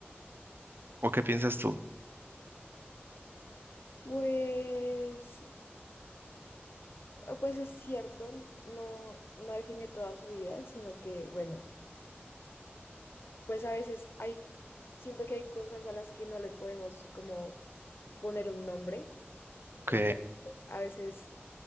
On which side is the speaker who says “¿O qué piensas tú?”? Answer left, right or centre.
Right